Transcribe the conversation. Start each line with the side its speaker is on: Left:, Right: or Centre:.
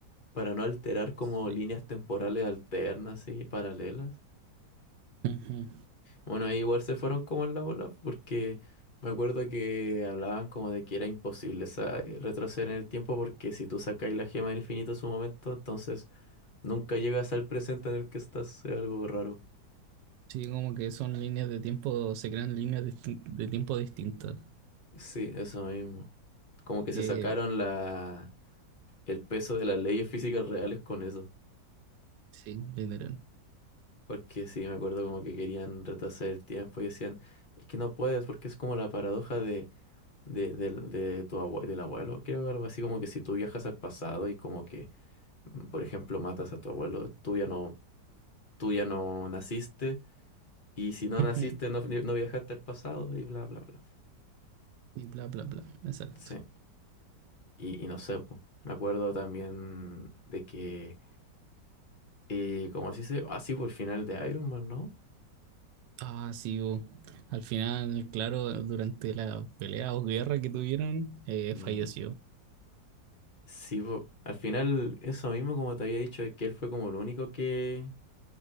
Left: para no alterar como
Right: Sí.
Left: líneas temporales alternas y paralelas.
Right: ujú.
Left: Bueno, ahí igual se fueron como en la bola porque me acuerdo que hablaban como de que era imposible sa- retroceder en el tiempo porque si tú sacas la gema del infinito a su momento, entonces Nunca llegas al presente en el que estás, es algo raro.
Right: Sí, como que son líneas de tiempo, se crean líneas distin- de tiempo distintas.
Left: Sí, eso mismo. Como que se
Right: Que
Left: sacaron la, el peso de las leyes físicas reales con eso.
Right: sí, literal.
Left: Porque sí, me acuerdo como que querían retrasar el tiempo y decían, es que no puedes porque es como la paradoja de, de, del- de tu abue- del abuelo. Creo que algo así como que si tú viajas al pasado y como que, mm, por ejemplo, matas a tu abuelo, tú ya no, tú ya no naciste y si no naciste
Right: Ujú,
Left: no, no viajaste al pasado y bla, bla, bla.
Right: Y bla, bla, bla. Exacto.
Left: Sí. Y, y no sé, po. Me acuerdo también de que, eh, como así se, dice? así por el final de Iron Man, ¿no?
Right: Ah, sí, bo. Al final, claro, durante la pelea o guerra que tuvieron, eh,
Left: Y
Right: falleció.
Left: sí, po. al final, eso mismo, como te había dicho, que él fue como el único que,